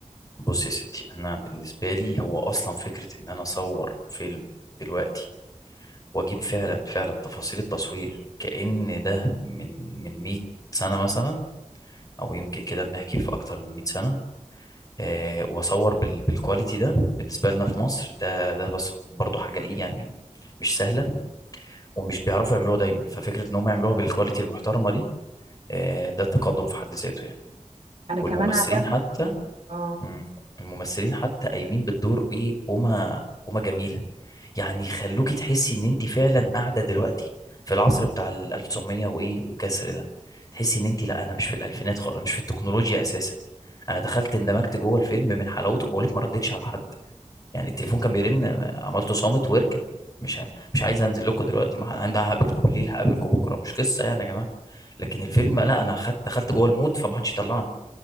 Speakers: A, on the left; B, on the right.
A: بصي يا ستي انا بالنسبه لي هو اصلا فكره ان انا اصور فيلم دلوقتي واجيب فعلا فعلا تفاصيل التصوير كأن ده من من 100 سنة مثلا او يمكن كده بنحكي في اكتر من 100 سنة آه واصور بال بالكواليتي ده بالنسبة لنا في مصر ده ده بس برضه حاجة ايه يعني مش سهلة ومش بيعرفوا يعملوها دايما ففكرة ان هم يعملوها بالكواليتي المحترمة دي آه ده تقدم في حد ذاته يعني
B: انا كمان
A: والممثلين
B: عجبني
A: حتى
B: اه
A: مم. الممثلين حتى قايمين بالدور ايه قومه قومه جميله يعني يخلوكي تحسي ان انت فعلا قاعده دلوقتي في العصر بتاع ال 1900 وايه وكسر ده تحسي ان انت لا انا مش في الالفينات خالص انا مش في التكنولوجيا اساسا انا دخلت اندمجت جوه الفيلم من حلاوته بقول لك ما ردتش على حد يعني التليفون كان بيرن عملته صامت ويركن مش ه- مش عايز انزل لكم دلوقتي ما ه- انا هقابلكم بالليل هقابلكم بكره مش قصه يعني يا جماعه لكن الفيلم لا انا خدت دخلت جوه المود فما حدش يطلعني